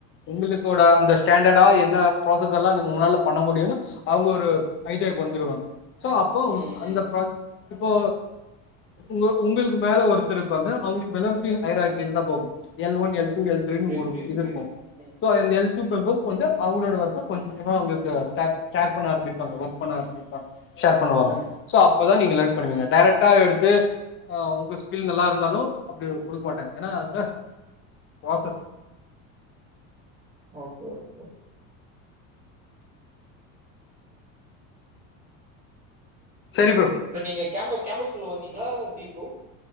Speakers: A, on the left; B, on the right.
A: உங்களுக <unintelligible> இந்த ஸ்டாண்டர்டா என்ன புராசஸ் எல்லா நீ உங்களால பண்ண முடியுனு அவங்க ஒரு ஐடியாக்கு வந்துருவாங்க சோ அப்போ உங்
B: ம் ம்
A: அந்த <unintelligible> இப்போ உங்க உங்களுக்கு மேல ஒருத்தர் இருப்பாங்க அவங்க <unintelligible> தா போகு L one L two L த்ரீனு
B: புரியுது
A: ஒரு
B: புரியுது
A: இது
B: புரியுது
A: இருக்கும்
B: ம்
A: சோ இந்த எல் டூ மெம்பர் வந்து அவங்களோட ஒர்க்க கொஞ்சமா அங்க இருக்க ஸ்டாப் ஷேர் பண்ண ஆரம்பிப்பாங்க ஒர்க் பண்ண ஆரம்பிப்பாங்க ஷேர் பண்ணுவாங்க
B: ம்
A: சோ அப் அப்பதா நீங்க லேர்ன் பண்ணுவீங்க டெரெக்டா எடுத்து ஆ உங்க ஸ்கில் நல்லா இருந்தாலு அப்டி குடுக்க மாட்டாங்க ஏன்னா அத்தா புராசஸ்
B: ஓகே ஓகே
A: செரி ப்ரோ
B: இப்ப நீங்க கேம்பஸ் கேம்பஸ்குள்ள வந்தீங்ளா எப்டி ப்ரோ